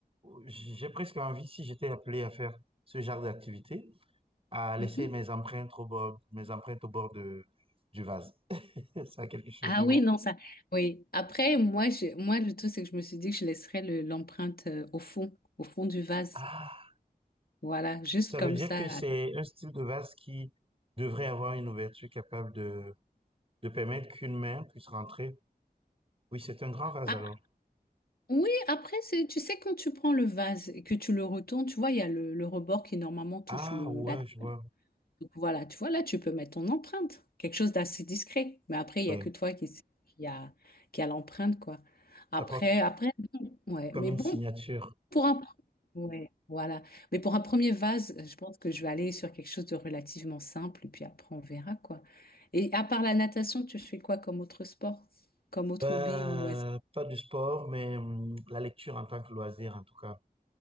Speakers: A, on the right; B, on the left.
A: J'ai presque envie, si j'étais appelé à faire ce genre d'activité, à laisser
B: Mhm.
A: mes empreintes au bord, mes empreintes au bord de, du vase. <laughs> Ça a quelque chose
B: Ah
A: de...
B: oui, non, ça. Oui. Après, moi, j'ai- moi, le truc, c'est que je me suis dit que je laisserais le- l'empreinte euh, au fond, au fond du vase.
A: Ah,
B: Voilà, juste
A: ça
B: comme
A: veut dire
B: ça.
A: que c'est un style de vase qui devrait avoir une ouverture capable de, de permettre qu'une main puisse rentrer. Oui, c'est un grand vase
B: Après-
A: alors.
B: oui, après, c'est, tu sais, quand tu prends le vase et que tu le retournes, tu vois, il y a le, le rebord qui normalement touche
A: Ah
B: le,
A: ouais,
B: la
A: je vois.
B: Donc voilà, tu vois, là, tu peux mettre ton empreinte, quelque chose d'assez discret. Mais après, il
A: Ouais.
B: n'y a que toi qui, qui a, qui a l'empreinte, quoi.
A: Ça
B: Après,
A: porte
B: après, ouais.
A: comme
B: Mais
A: une
B: bon,
A: signature.
B: pour un... Ouais, voilà. Mais pour un premier vase, je pense que je vais aller sur quelque chose de relativement simple, et puis après, on verra, quoi. Et à part la natation, tu fais quoi comme autre sport? Comme autre
A: Euh,
B: hobby ou loisir?
A: pas du sport, mais hum, la lecture en tant que loisir, en tout cas.